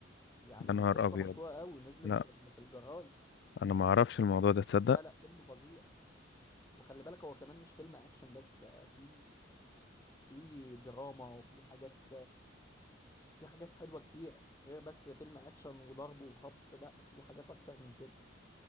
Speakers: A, on the left; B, on the left.
A: يعني
B: يا نهار
A: قصة
B: ابيض
A: مشهورة قوي نزلت
B: لا
A: في ال- في الجرايد
B: انا ما اعرفش الموضوع ده تصدق
A: لا لا فيلم فظيع وخلي بالك هو كمان مش فيلم اكشن بس ده في في دراما وفي حاجات في حاجات حلوة كتير غير بس فيلم اكشن وضرب وخبط لا في حاجات اكتر من كده